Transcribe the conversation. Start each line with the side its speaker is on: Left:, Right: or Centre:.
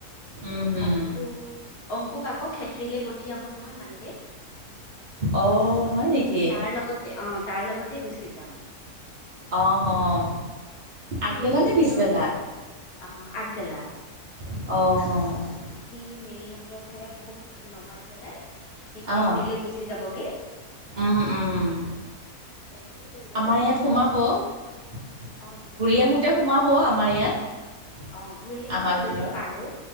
Right: উম, হম।
Left: অংকু অংকুক আকৌ খেত্ৰিলে পঠিয়াব নহয় মানে
Right: অ' হয় নেকি?
Left: তাৰ লগতে অ, তাৰ লগতে গুচি যাম।
Right: অহ, আগবেলা
Left: সি মিলিহঁতক
Right: নে পিছবেলা?
Left: আহ আগবেলা
Right: অ',
Left: সি মিলিহঁতৰ ঘৰত মোক নমাই পেলাই সি খেত্ৰিলে
Right: অ'
Left: গুচি যাবগে।
Right: উম উম
Left: তেনেকেই কৰিব
Right: আমাৰ
Left: লাগিব
Right: ইয়াত
Left: নহ'লে
Right: সোমাব।
Left: আৰু
Right: ঘূৰি
Left: অ
Right: আহোঁতে সোমাব আমাৰ ইয়াত
Left: আহ ঘূৰি আহোতে
Right: আমাৰ ঘৰত
Left: যদি পাৰো